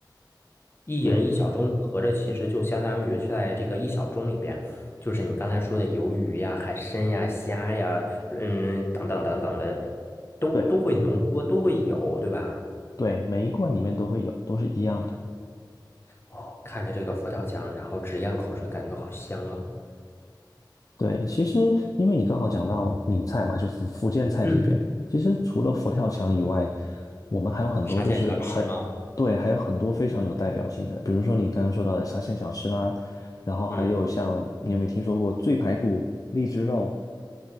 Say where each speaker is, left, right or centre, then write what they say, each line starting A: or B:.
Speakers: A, on the left; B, on the left.
A: 一人一小盅，
B: 对
A: 合着其实就相当于是在这个一小盅里边，就是你刚才说的鱿鱼呀、海参呀、虾呀，嗯，等等等等的，都都会浓缩，
B: 对
A: 都会有，对吧？
B: 对，每一罐里面都会有，都是一样的。
A: 哦，看着这个佛跳墙，然后直咽口水，感觉好香啊。
B: 对，其实因为你刚好讲到闽菜嘛，就是福建菜这边，
A: 嗯，
B: 其实除了佛跳墙以外，我们还有很多就是很，
A: 沙县小吃吗？
B: 对，还有很多非常有代表性的，比如说你刚刚说到的沙县小吃啦，然后还有像你有没有听说过醉排骨、
A: 嗯，
B: 荔枝肉？